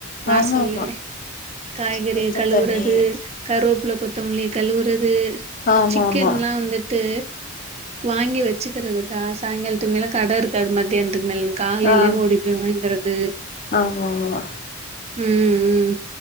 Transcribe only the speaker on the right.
வாசல்லு
காய்கறி
கழுவுறது
கருவேப்ள்ள கொத்தமல்லி கழுவுறது
சிக்கன்ல்லா
வந்துட்டு வாங்கி வச்சுக்கிறதுகா சாயங்காலத்துக்கு மேல கட இருக்காது மதியானத்துக்கு மேல காலைலே
ஓடிப்போய் வாய்ங்கறது
ம் ம்